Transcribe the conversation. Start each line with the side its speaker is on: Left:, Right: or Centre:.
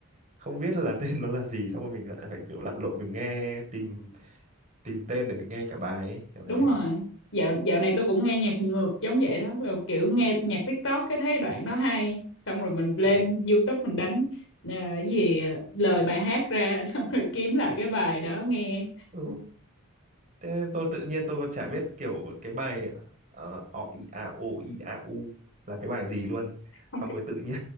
Right: không biết là <laughs> tên nó là gì xong rồi mình lại phải kiểu lặn lội mình nghe tìm tìm tên để mình nghe cả bài ấy, kiểu
Left: đúng
Right: thế
Left: rồi. Dạo dạo này tôi cũng nghe nhạc ngược giống vậy đó, là kiểu nghe nhạc TikTok cái thấy đoạn đó hay, xong rồi mình lên
Right: ừ.
Left: YouTube mình đánh à, cái gì lời bài hát ra <laughs> xong rồi kiếm lại cái bài đó nghe.
Right: Ừ. thế nên tôi tự nhiên tôi còn chả biết kiểu cái bài ờ, ọ i a o i a u là cái bài gì luôn
Left: Ok.
Right: xong rồi tự nhiên